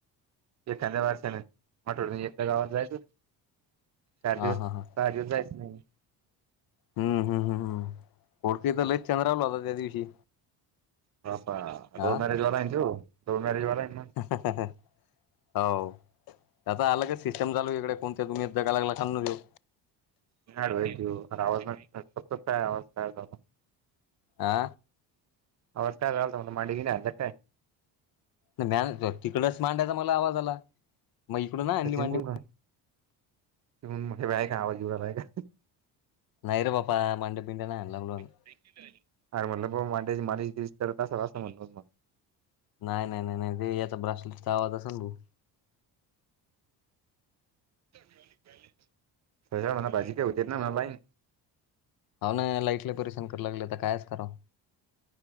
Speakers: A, on the right (about 40°); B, on the left (about 60°).
A: एखाद्या वर्षान आठवडयातन एकदा गावात जायचं. चार
B: हा
A: दिवस सहा
B: हा हा
A: दिवस जायचं नाही.
B: हम्म हम्म हम्म हम घोडके तर लईच चंद्रावला होता त्या दिवशी!
A: तो असा
B: हा
A: लव्ह मॅरेज वाला आहे ना त्यो लव्ह मॅरेज वाला आहे ना मग?
B: हो ते आता अलगच सिस्टम चालू इकडे कोण ते तुम्हीं दगा लागला खालनं देऊ.
A: आवाज काय आवाज कायला करता.
B: आ?
A: आवाज काय यालाराहिता माडगीनय हाणला का काय?
B: नाय मॅ तिकडच मांडायचा मला आवाज आला. मग इकडून नाही आणली
A: सचिन
B: मांडी
A: कोण का त मोठे बा आहे का आवाज येऊरायलाय का
B: नाहीै रे बापा मणडे पिंड नाही आणला ब्लॉगि
A: अरे म्हटल बाबा मांड्याची मालिश-बिलीश करत असेल असं म्हटलं मग
B: नाही नाही नाही नाही ते याचा ब्रासलेटचा आवाज असेल ना भाऊ.
A: साहिल्याला म्हणाव भाजी काय होत्यात मलालाई
B: हाव ना लाईट लय परेशान करू लागलेता कायच करावं!